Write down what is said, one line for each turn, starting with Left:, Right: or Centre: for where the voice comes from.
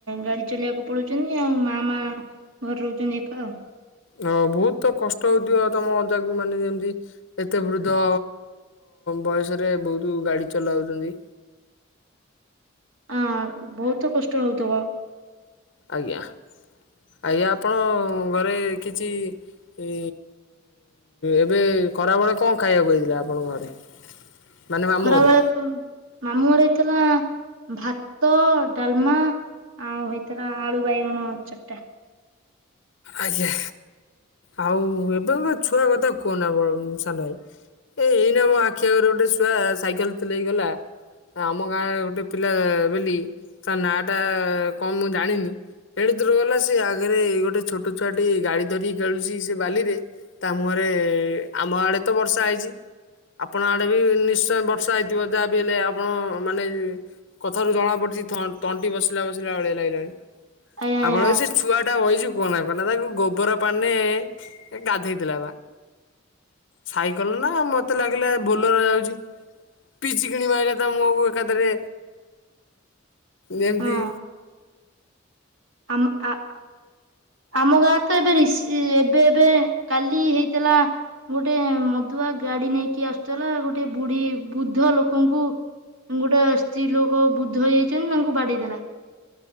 Right: ଗାଡି ଚଲେଇିବାକୁ ପଡୁଛନ୍ତି। ଆଉ ମା ମା ଘରେ ରହୁଛନ୍ତି। ଏକା ଆଉ
Left: ହଁ ବହୁତ ତ କଷ୍ଟ ହଉଥିବ। ତମ ଯାକୁ ମାନେ ଯେମିତି ଏତେ ବୃଦ୍ଧ ବୟସରେ ବହୁତ ଗାଡ଼ି ଚଲାଉଛନ୍ତି।
Right: ହଁ ବହୁତ କଷ୍ଟ ହଉଥିବ।
Left: ଆଜ୍ଞା ଆଜ୍ଞା ଆପଣ ଘରେ କିଛି ଏ ଏବେ ଖରାବେଳେ କ'ଣ ଖାଇବାକୁ କହିଥିଲା? ଆପଣଙ୍କ ଘରେ। ମାନେ ମାମୁଁ
Right: ଖରା
Left: ଘରେ?
Right: ବେଳେ ପ ମାମୁଁ ଘର ହେଇଥିଲା। ଭାତ, ଡାଲମା ଆଉ ହେଇଥଥିଲା। ଆଳୁ ବାଇଗଣ ଚଟଟା
Left: ଆଜ୍ଞା ଆଉ ଏବେଙ୍କ ଛୁଆ କଥା କୁହନା ସାଙ୍ଗ ଭାଇ। ଏ ଏଇନା ମୋ ଆଖି ଆଗରେ ଗୋଟେ ଶୁଆ ସାଇକେଲ ଚଲେଇଗଲା। ଆମ ଗାଁରେ ଗୋଟିଏ ପିଲା ବୋଲି ତା ନାଁଟା କ'ଣ ମୁଁ ଜାଣିନି? ଏଣୁ ଦୂର ଗଲା ସେ ଆଗରେ ଗୋଟେ ଛୋଟ ଛୁଆ ଟି ଗାଡି ଧରିକି ଖେଳୁଛି। ସେ ବାଲିରେ ତା ପରେ ଆମ ଆଡେ ତ ବର୍ଷା ହେଇଛି। ଆପଣ ଆଡେ ବି ନିଶ୍ଚୟ ବର୍ଷା ହେଇଥିବ। ଯାହା ବିି ହେଲେ ଆପଣ ମାନେ କଥାରୁ ଜଣାପଡ଼ିଛି। ଥ ତଣ୍ଟି ବସିଲା ବସିଲା ଭଳିଆ ଲାଗିଲାଣି।
Right: ଆଜ୍ଞା ଆଜ୍ଞା
Left: ଆପଣଙ୍କର ସେ ଛୁଆଟା ବାଇଛି। କୁହନା କୁହନା ତାକୁ ଗୋବର ପାଣିରେ ଗାଧେଇଦେଲା। ସାଇକେଲ ନା ମତେ ଲାଗିଲା ବୋଲେର ଯାଉଛି। ପିଚିକିଣି ମାରିଲା ଟା ମୁହଁକୁ ଏକାଥରେ ଯେମିତି
Right: ହଁ ଆମ ଆ ଆମ ଗାଁ ତ ଏବେ ଏବେ ଏବେ କାଲି ହେଇଥିଲା ଗୋଟେ ମଦୁଆ ଗାଡି ନେଇକି ଆସୁଥିଲା। ଗୋଟେ ବୁଢୀ ବୁଦ୍ଧ ଲୋକଙ୍କୁ ଗୋଟେ ସ୍ତ୍ରୀ ଲୋକ ବୁଦ୍ଧ ହେଇଯାଇଛନ୍ତି। ତାଙ୍କୁ ବାଡେଇ ଦେଲା।